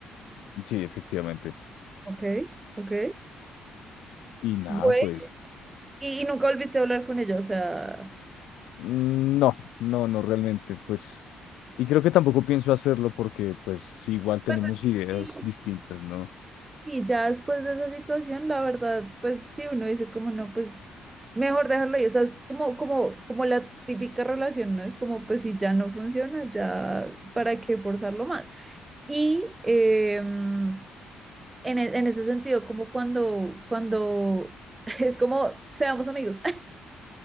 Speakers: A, on the left; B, on the right.
A: Sí, efectivamente.
B: Ok, ok.
A: Y nada,
B: Bueno,
A: pues,
B: y, y nunca volviste a hablar con ella, o sea,
A: mm, no, no, no realmente, pues, y creo que tampoco pienso hacerlo porque, pues, sí, igual tenemos
B: pues
A: ideas
B: sí,
A: distintas, ¿no?
B: sí, ya después de esa situación, la verdad, pues sí, uno dice como no, pues mejor dejarlo ahí. O sea, es como, como, como la típica relación, ¿no? Es como, pues si ya no funciona, ya, ¿para qué forzarlo más? Y, em, en, e- en ese sentido, como cuando, cuando <laughs> es como, seamos amigos,